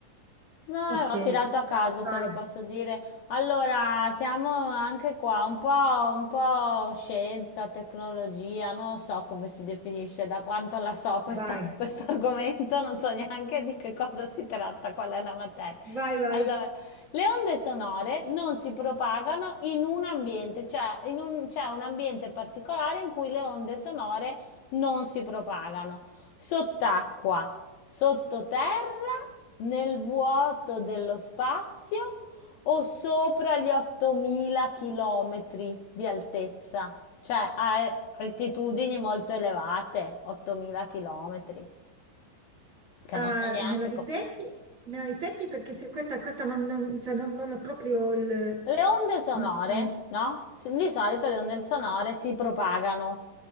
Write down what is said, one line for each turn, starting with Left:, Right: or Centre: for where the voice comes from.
Left: No,
Right: Ok,
Left: ho tirato a caso,
Right: vai,
Left: te lo posso dire. Allora, siamo anche qua un po', un po' scienza, tecnologia, non so come si definisce, da quanto la so questa-
Right: vai,
Left: <laughs> questo argomento, non so neanche di che cosa si tratta, qual è la materia.
Right: vai, vai.
Left: Allora, le onde sonore non si propagano in un ambiente, cioè in un, c'è un ambiente particolare in cui le onde sonore non si propagano. Sott'acqua. Sottoterra, nel vuoto dello spazio o sopra gli 8000 chilometri di altezza? Cioè a eh, altitudini molto elevate, 8000 chilometri, che
Right: Ah,
Left: non so neanche
Right: me la ripeti?
Left: come...
Right: Me la ripeti perché c'è questa, questa non, non, cioè non, non ho proprio il...
Left: Le onde sonore,
Right: non- non-
Left: no, s di solito le onde sonore si propagano,